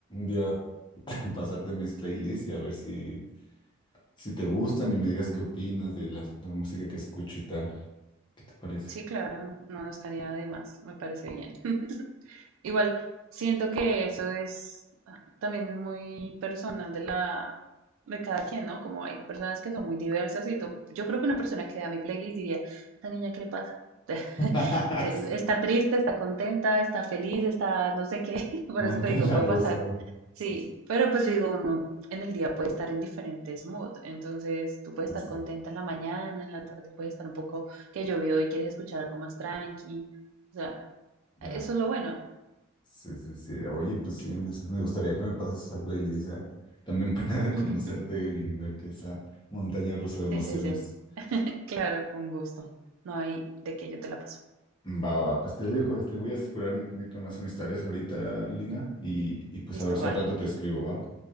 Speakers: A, on the left; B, on the right.
A: día <laughs> pasarte mis playlists y a ver si, si te gustan y me digas qué opinas de la, la música que escucho y tal. ¿Qué te parece?
B: sí, claro, no, no estaría de más, me parece bien. <laughs> Igual, siento que eso es también muy personal de la de cada quien, ¿no? Como hay personas que son muy diversas y tú, yo creo que una persona que vea mi playlist diría, ¿esta niña qué le pasa? <laughs>
A: <laughs>
B: Eh,
A: Sí.
B: Está triste, está contenta, está feliz, está no sé qué, <laughs> por
A: Montaña
B: eso te digo, puede
A: rusa.
B: pasar.
A: Sí,
B: Sí, pero pues yo digo, uno en el día puede estar en diferentes moods, entonces tú puedes
A: Justo,
B: estar contenta en la mañana, en la tarde puedes estar un poco que llovió y quieres escuchar algo más tranqui, o sea, eso
A: ya.
B: es lo bueno.
A: Sí, sí, sí. Oye, pues sí, me, me gustaría que me pases esa playlist, ¿eh? También para
B: <laughs>
A: <laughs> conocerte y ver que esa montaña rusa de emociones.
B: Sí, sí, sí. Claro, con gusto. No hay de que yo te la paso.
A: Va, va, va. Pues te dejo, este, voy a explorarme un poquito más en mis tareas ahorita, Lina, y, y pues
B: Listo,
A: a ver si
B: vale.
A: al rato te escribo, ¿va?